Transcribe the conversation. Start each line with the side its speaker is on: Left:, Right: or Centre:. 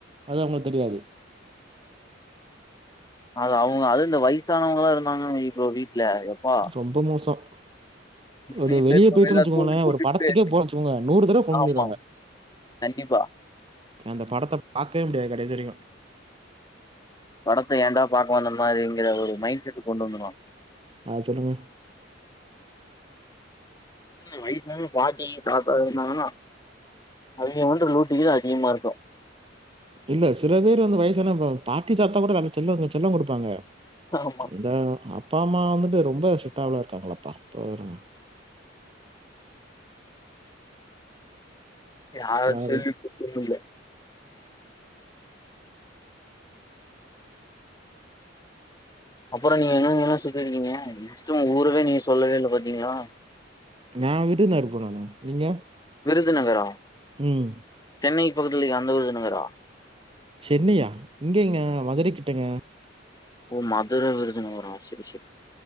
Right: அது அவங்களுக்கு தெரியாது
Left: அது அவுங்க அதுவு இந்த வயசானவங்களா இருந்தாங்கனாவை ப்ரோ வீட்ல யப்பா
Right: ரொம்ப மோசம் கொஞ்சோ
Left: வீட்ல
Right: வெளியே
Left: இருக்கவங்க
Right: போயிட்டன்
Left: எல்லாம்
Right: வெச்சுக்கோங்ளேன்
Left: தூங்கி போட்டுட்டு
Right: ஒரு படத்துக்கே போறன் வெச்சுக்கோங்க நூறு தடவ ஃபோன்
Left: ஆமா.
Right: பண்ணிருவாங்க
Left: கண்டிப்பா
Right: அந்த படத்த பாக்கவே முடியாது கடைசி வரைக்கும்
Left: படத்த ஏன்டா பாக்க வந்த மாரிங்கிற ஒரு மைண்ட் செட் கொண்டு வந்துருவா
Right: அத சொல்லுங்க
Left: ம் வயசான பாட்டி தாத்தா இருந்தாங்கன்னா அவுங்க பண்ற லூட்டி தா அதிகமா இருக்கும்
Right: இல்ல சில பேரு வந்து வயசான பாட்டி தாத்தா கூட வேலைக் செல்லம்ங்க செல்லம் குடுப்பாங்க
Left: ஆமா
Right: இத அப் அப்பா அம்மா வந்துட்டு ரொம்ப ஸ்ட்ரீக்ட்டால இருக்காங்களாப்பா போதும்
Left: யார
Right: வேற
Left: சொல்லி குத்தமில்ல அப்புறம் நீங்க எங்கெங்கல்லா சுத்தி இருக்கீங்க ஃபர்ஸ்ட்டு உங்க ஊரவே நீங்க சொல்லவே இல்ல பாத்தீங்ளா
Right: நா விடுநறு போனுனோ நீங்க
Left: விருதுநகரா
Right: ம்
Left: சென்னைக் பக்கத்துலே அந்த விருதுநகரா
Right: சென்னையா இங்கேங்க மதுர கிட்டங்க
Left: ஓ மதுர விருதுநகரா செரி செரி